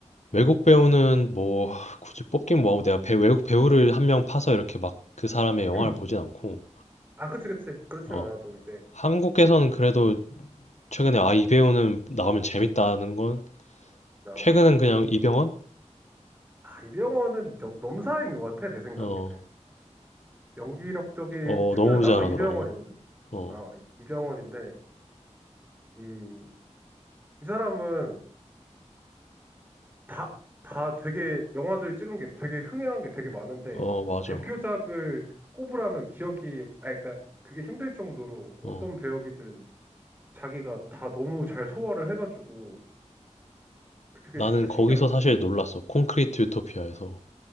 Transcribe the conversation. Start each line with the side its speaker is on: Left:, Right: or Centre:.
Left: 외국 배우는 뭐 굳이 뽑긴 뭐하고 내가 배, 외국 배우를 한 명 파서 이렇게 막 그 사람의 영화를
Right: <clears throat>
Left: 보진 않고,
Right: 아, 그치, 그치. 그렇진
Left: 어,
Right: 않아도 이제,
Left: 한국에서는 그래도 최근에 아, 이 배우는 나오면 재밌다는 건
Right: 나,
Left: 최근엔 그냥 이병헌?
Right: 아, 이병헌은 너- 넘사인 것 같아, 내 생각에는.
Left: 어,
Right: 연기력적인
Left: 어,
Right: 측면에,
Left: 너무
Right: 나도
Left: 잘하더라고.
Right: 이병헌이거든?
Left: 어,
Right: 아, 이- 이병헌인데, 이, 이 사람은 다, 다 되게, 영화들 찍은 게 되게 흥행한 게 되게 많은데,
Left: 어, 맞아.
Right: 대표작을 꼽으라면 기억이, 아, 그러니까 그게 힘들 정도로 어떤
Left: 어,
Right: 배역이든 자기가 다 너무 잘 소화를 해가지고, 그게
Left: 나는
Right: 진짜 신기한
Left: 거기서
Right: 거야.
Left: 사실 놀랐어. 콘크리트 유토피아에서.